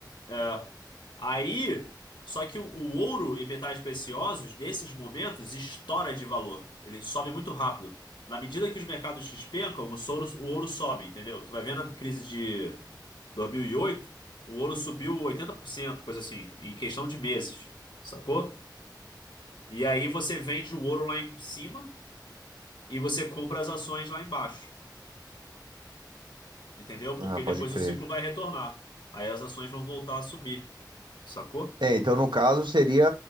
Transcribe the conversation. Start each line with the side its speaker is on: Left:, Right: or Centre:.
Left: É. Aí, só que o, o ouro e metais preciosos, nesses momentos, estoura de valor. Ele sobe muito rápido. Na medida que os mercados despencam, o ouro, o ouro sobe, entendeu? Tu vai vendo a crise de 2008 o ouro subiu 80% coisa assim, em questão de meses, sacou? E aí você vende o ouro lá em cima e você compra as ações lá embaixo. entendeu?
Right: Ah,
Left: Porque
Right: pode
Left: depois
Right: crer.
Left: o ciclo vai retornar. Aí as ações vão voltar a subir, sacou?
Right: É, então no caso seria,